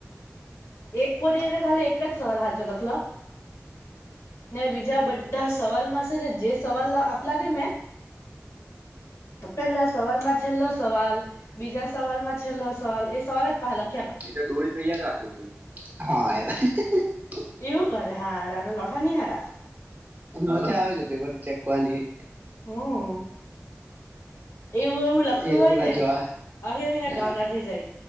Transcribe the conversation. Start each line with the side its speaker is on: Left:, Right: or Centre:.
Left: એક પોરીએ ત ખાલી એક જ સવાલ હાચો લખલો ને બીજા બધા સવાલમાં છે, જે સવાલ આપલા મેં પેલા સવાલમાં
Right: હા
Left: છેલ્લો સવાલ બીજા સવાલમાં છેલ્લ સવાલ એ સવાલ જ પાહા અલ
Right: એ તો ડોલ તયાયા રાખલી તમે હા
Left: એવું કરે હારાર લઠા નીહારા
Right: મજા આવે છે, પેપર ચેકવાની
Left: હમ એવું એવું લખલું
Right: એ લોકો
Left: હોય
Right: ના
Left: ને
Right: જોવા
Left: અહી અહીને
Right: હા
Left: ગાડા થય જાય